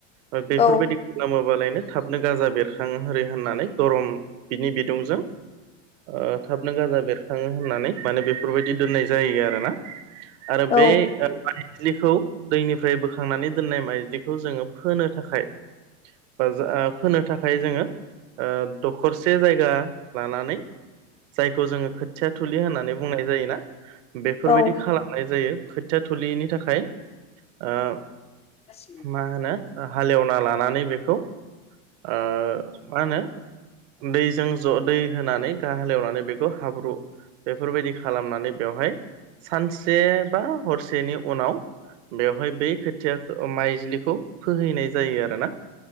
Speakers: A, on the right; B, on the left.
A: ओ बेफोरबायदि
B: औ
A: खालामोबालायनो थाबनो गाजा बेरखां हारि होननानै गरम बिनि बिदुंजों ओ थाबनो गाजा बेरखाङो होननानै माने बेफोरबायदि दोननाय जायो आरोना। आरो
B: औ
A: बे ओ माइज्लिखौ दैनिफ्राय बोखांनानै दोननाय माइज्लिखौ खौ जोङो फोनो थाखाय बा जा फोनो थाखाय जोङो ओ दखरसे जायगा लानानै जायखौ जोङो खोथिया थुलि होननानै बुंनाय जायोना बेफोरबायदि
B: औ
A: खालामनाय जायो खोथिया थुलिनि थाखाय। आ
B: <inaudible>
A: मा होनो हालेवना लानानै बेखौ ओ मा होनो दैजों ज' दै होनानै गा हालेवनानै बेखौ हाब्रु बेफोरबायदि खालामनानै बेवहाय सानसे बा हरसेनि उनाव बेवहाय बै खोथियाखो ओ माइ ज्लिखौ फोहैनाय जायो आरोना